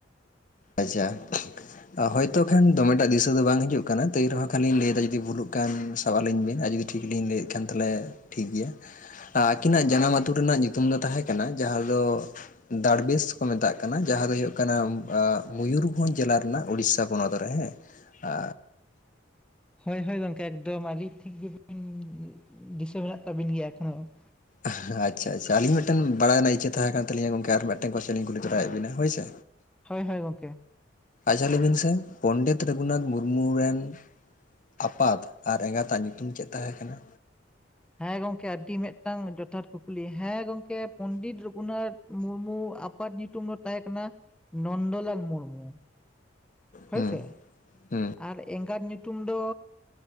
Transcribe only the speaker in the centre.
ᱦᱳᱭ ᱦᱳᱭ ᱜᱚᱝᱠᱮ ᱮᱠᱫᱚᱢ ᱟᱹᱰᱤ ᱴᱷᱤᱠ ᱜᱤᱵᱤᱱ ᱫᱤᱥᱟᱹ ᱢᱮᱱᱟᱜ ᱛᱟᱵᱤᱱ ᱜᱮᱭᱟ ᱮᱠᱷᱚᱱᱚ ᱾
ᱦᱳᱭ ᱦᱳᱭ ᱜᱚᱝᱠᱮ ᱾
ᱦᱮᱸ ᱜᱚᱝᱠᱮ ᱟᱹᱰᱤ ᱢᱮᱜᱴᱟᱝ ᱡᱚᱛᱷᱟᱛ ᱠᱩᱠᱞᱤ, ᱦᱮᱸ ᱜᱚᱝᱠᱮ ᱯᱚᱱᱰᱤᱛ ᱨᱚᱜᱷᱩᱱᱟᱛᱷ ᱢᱩᱨᱢᱩ ᱟᱯ ᱯᱟᱛ‌ ᱧᱩᱛᱩᱢ ᱫᱚ ᱛᱟᱦᱮᱸ ᱠᱟᱱᱟ ᱱᱚᱱᱫᱚᱞᱟᱞ ᱢᱩᱨᱢᱩ ᱦᱳᱭ
ᱥᱮ
ᱟᱨ ᱮᱸᱜᱟᱛ ᱧᱩᱛᱩᱢ ᱫᱚ